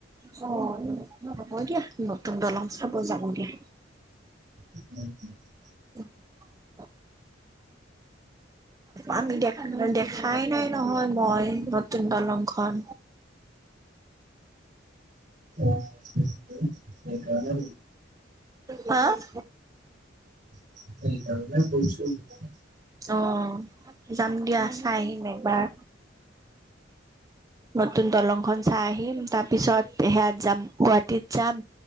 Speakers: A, on the right (about 20°); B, on the right (about 50°).
A: অ হ'ব দিয়া নতুন দলং চাব যাম দিয়া
B: <inaudible>
A: <inaudible> আমি দে দেখাই নাই নহয় মই নতুন দলংখন।
B: অ সেইকাৰণে
A: হা <inaudible>
B: <inaudible>
A: অ যাম দিয়া, চাই আহিম একবাৰ। নতুন দলংখন চাই আহিম, তাৰপিছত সেয়াত যাম গুৱাহাটীত যাম,